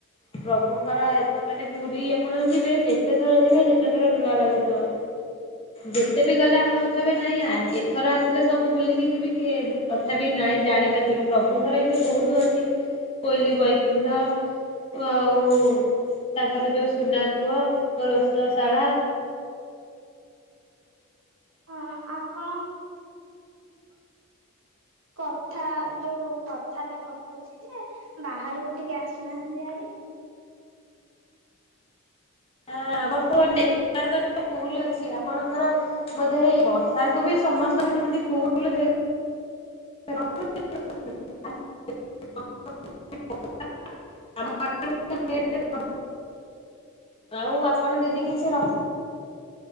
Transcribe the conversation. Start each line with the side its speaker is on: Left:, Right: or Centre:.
Left: ପ୍ରଭୁଙ୍କର ଏତେ ମାନେ ପୁରୀ ଆପଣ ଯିବେ ଯେତେ ଥର ଯିବେ ସେତେଥର ନୂଆ ଲାଗୁଥୁବ।
Right: ହଁ
Left: ଯେତେ ବି ଗଲେ ଆପଣ କହିବେ ନାଇଁ ଆଜି ଏଥର ଆସିଲେ ସବୁ ବୁଲିକି ଯିବି କି ତଥାବିି ନାଇଁ ଜାଣିପାରିବେନି ପ୍ରଭୁଙ୍କର ଏନ୍ତି ବୋହୁତୁ ଅଛି କୋଇଲି ବୈକୁଣ୍ଠ ଉ ଆଉ ତାଙ୍କର ଯୋଉ ସୁନା କୂଅ ରୋଷଶାଳା।
Right: ହଁ ହଁ ଆପଣ କଥା ଯୋଉ କଥା ଟା କଟୁଛି ଯେ ବାହାରକୁ ଟିକେ ଆସୁନାହାନ୍ତି ହାରି।
Left: ହ ଆମର ତ ନେପାର୍କ ଗୋଟେ ଫୁଲ ଅଛି ଆପଣଙ୍କର ମୋତେ ଏଇ ବର୍ଷାକୁ ବି ସମସ୍ତେ ସେମତି ଭୁଲ ଦେଇ <inaudible> <unintelligible> ଆମ। <unintelligible> ଆଉ ଆପଣ ଦିଦି କିଛି ରଖ